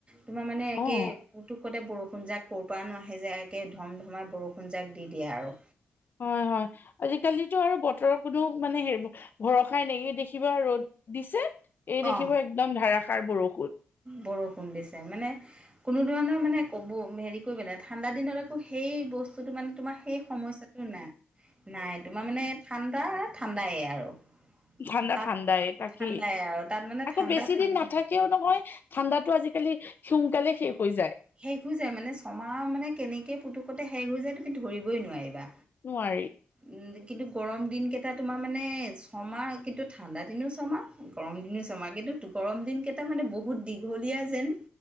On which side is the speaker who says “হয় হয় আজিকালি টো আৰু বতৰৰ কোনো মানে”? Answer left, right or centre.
Left